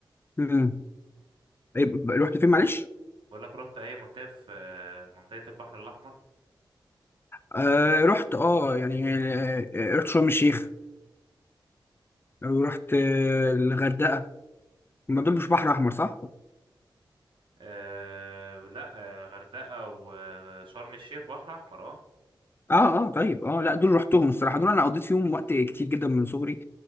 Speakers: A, on the left (about 25°); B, on the right (about 80°).
A: امم طيب، رحت فين معلش؟
B: بقولك رحت أي منطقة في آه، منطقة البحر الأحمر
A: آه رحت اه يعني آه، آه، رحت شرم الشيخ ورحت آه، الغردقه ما دول مش بحر احمر صح
B: آه لا آه غردقة وشرم الشيخ بحر أحمر آه.
A: اه اه طيب اه لا دول رحتهم الصراحه دول انا قضيت فيهم وقت كتير جدا من صغري